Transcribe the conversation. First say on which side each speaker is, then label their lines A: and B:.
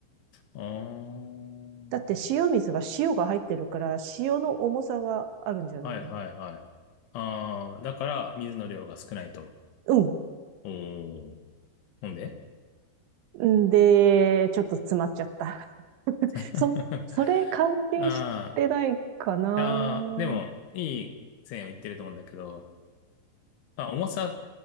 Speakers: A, on the left; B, on the right.
A: おー。
B: だって塩水は塩が入ってるから、塩の重さがあるんじゃないの
A: はいはいはい。ああ、だから水の量が少ないと。
B: う
A: おー。ほんで
B: ん。んで、ちょっと詰まっちゃった。<laughs>
A: <laughs> あ
B: そ、それ関係してないかな
A: あ、ああ、でも、いい線を言ってると思うんだけど、まあ、重さ、